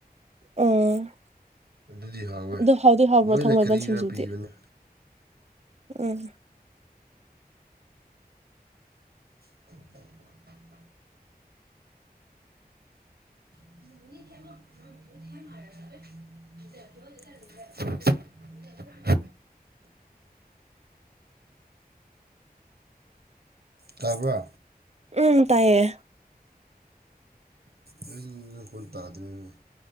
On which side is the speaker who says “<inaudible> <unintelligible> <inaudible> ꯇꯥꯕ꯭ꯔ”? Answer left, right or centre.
Right